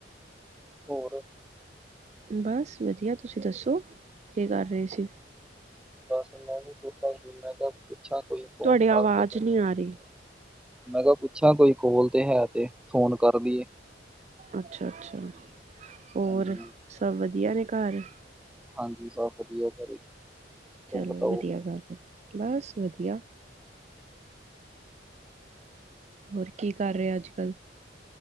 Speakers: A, in the centre; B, on the right (about 40°).
A: ਹੋਰ।
B: ਬਸ ਵਧੀਆ ਤੁਸੀਂ ਦੱਸੋ ਕੀ ਕਰ ਰਹੇ ਸੀ।
A: ਬਸ ਮੈਂ ਵੀ ਪੁਦਾ ਸੀ ਮੈਂ ਕਿਹਾ ਪੁਿੱਛਾ ਕੋਈ ਹੋਣ
B: ਤੁਹਾਡੀ
A: ਖ
B: ਆਵਾਜ਼
A: ਕੇ ਬੈਠੇ।
B: ਨਹੀਂ ਆ ਰਹੀ
A: ਮੈਂ ਕਿਹਾ ਪੁੱਛਾਂ ਕੋਈ ਕੋਲ ਤੇ ਹੈ ਤੇ ਫੋਨ ਕਰ ਲਈਏ।
B: ਅੱਛਾ ਅੱਛਾ ਹੋਰ
A: ਹਾਂਜੀ
B: ਸਭ ਵਧੀਆ ਨੇ ਘਰ।
A: ਹਾਂਜੀ ਸਬ ਵਧੀਆ ਘਰੇ। ਤੁਮ
B: ਚਲੋ
A: ਬਤਾਓ
B: ਵਧੀਆ ਗੱਲ ਹੈ ਬਸ ਵਧੀਆ। ਹੋਰ ਕੀ ਕਰ ਰਿਹਾ ਅੱਜ ਕੱਲ੍ਹ।